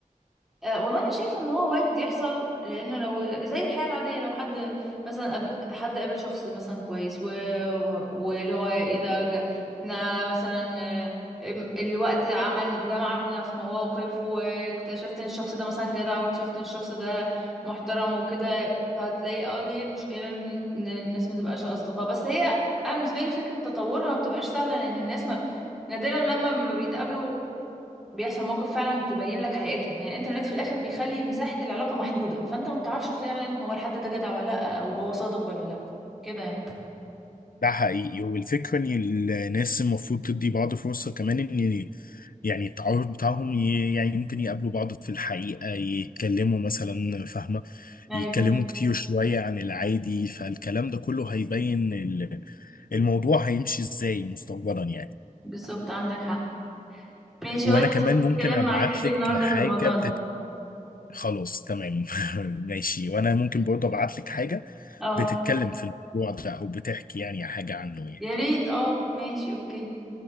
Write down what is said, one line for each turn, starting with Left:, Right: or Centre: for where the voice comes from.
Centre: أه والله انا شايفه ان هو وارد يحصل لان لو زي الحياه العاديه لو حد مثلا قاب- حد قابل شخص مثلا كويس و... و- واللي هو ايه ده جا- احنا مثلا آه، ام- الوقت عمل جمعنا في مواقف واكتشفت ان الشخص ده مثلا جدع واكتشفت ان الشخص ده محترم وكده فهتلاقي اه ليه المشكله ان إن الناس ما تبقاش اصدقاء بس هي انا بالنسبه لي فكره تطورها ما بتبقاش سهله لان الناس ما نادرا لما ما بيتقابلوا بيحصل موقف فعلا تبين لك حقيقتهم يعني الانترنت في الاخر بيخلي مساحة العلاقة محدودة فانت ما بتعرفش فعلا هو الحد ده جدع ولا لا او هو صادق ولا لا كده يعني
Left: ده حقيقي والفكرة ان الناس المفروض تدي بعض فرصة كمان ان يعني التعارف بتاعهم ي- يعني ممكن يقابلوا بعض في الحقيقة يتكلموا مثلا فاهمة
Centre: ايوه
Left: يتكلموا كتير شوية عن العادي فالكلام ده كله هيبين ال- الموضوع هيمشي ازاي مستقبلا يعني
Centre: بالظبط عندك حق ماشي
Left: وانا
Centre: والله اتبسطت
Left: كمان ممكن
Centre: الكلام
Left: ابعت
Centre: معاك قوي
Left: لك
Centre: النهارده
Left: حاجة
Centre: في الموضوع ده
Left: خلاص تمام <laughs> ماشي وانا ممكن برضه ابعت لك حاجه
Centre: اه
Left: بتتكلم في الموضوع ده او بتحكي يعني حاجه عنه يعني
Centre: يا ريت اه ماشي اوكي